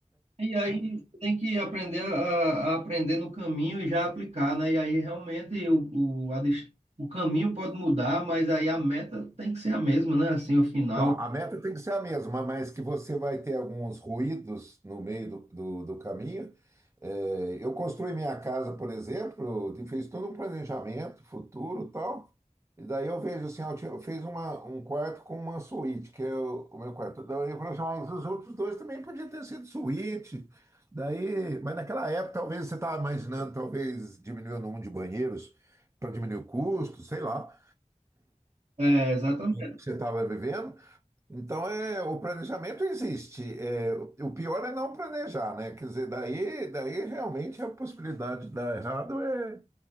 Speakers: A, on the right; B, on the right.
A: E aí você tem que aprender a, a aprender no caminho e já aplicar, né? E aí realmente o, o, a dest- o caminho pode mudar, mas aí a meta tem que ser a mesma, né? Assim, o final.
B: Não, a meta tem que ser a mesma, mas que você vai ter alguns ruídos no meio do, do, do caminho. É, eu construí minha casa, por exemplo, e fiz todo um planejamento futuro e tal. E daí eu vejo assim, eu, tinha- eu fiz uma, um quarto com uma suíte, que é o, o meu quarto. Daí eu falei assim, "Ah, mas os outros dois também podiam ter sido suíte. Daí, mas naquela época talvez você estava imaginando, talvez diminuir o número de banheiros para diminuir o custo, sei lá,
A: É, exatamente.
B: que você estava vivendo. Então, é, o planejamento existe. É, o pior é não planejar, né? Quer dizer, daí, daí realmente a possibilidade de dar errado é,